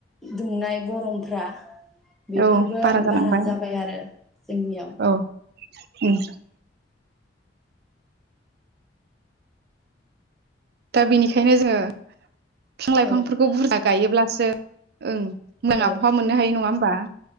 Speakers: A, in the centre; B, on the right.
A: दुंनाय गरमफ्रा बेफोरबो
B: औ जालांबाय
A: बारा जाबाय आरो जोंनियाव।
B: औ उम। दा बिनिखायनो जोङो फिफां लाइफांफोरखौ
A: औ
B: बुरजा गायोब्ला सो ओं। <unintelligible>
A: औ
B: मोननो हायो नङा होमबा।